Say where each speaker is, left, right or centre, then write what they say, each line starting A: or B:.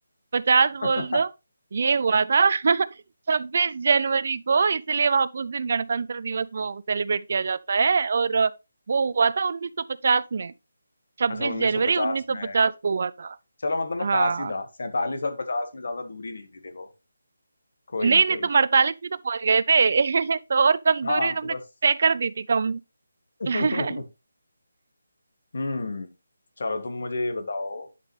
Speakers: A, on the right; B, on the left.
A: पचास
B: अब
A: बोल दो
B: <laughs>
A: ये हुआ था <laughs> छब्बीस जनवरी को इसलिए वहां उस दिन गणतंत्र दिवस वो सेलिब्रेट किया जाता है और अ, वो हुआ था 1950 में छब्बीस
B: अच्छा 1950
A: जनवरी 1950
B: में
A: को हुआ था
B: चलो मतलब मैं
A: हाँ
B: पास ही था 47 और 50 में ज्यादा दूरी नहीं थी देखो कोई
A: नहीं
B: नहीं कोई
A: नहीं तुम
B: नहीं यार
A: अड़तालीस भी तो पहुंच गए थे <laughs> तो और कम
B: हाँ
A: दूरी
B: तो
A: तुमने
B: बस
A: तय कर दी थी कम
B: <laughs>
A: <laughs>
B: हम्म चलो तुम मुझे ये बताओ